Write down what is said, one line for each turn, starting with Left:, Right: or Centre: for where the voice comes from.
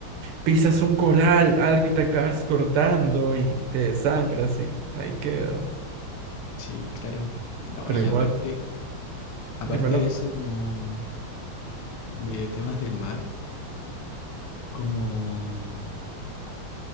Right: pisas un coral, algo y te acabas cortando y te desangras y ahí quedas.
Left: sí, claro. No,
Right: Pero
Left: y
Right: igual,
Left: aparte, aparte
Right: dímelo.
Left: de eso, como de temas del mar, como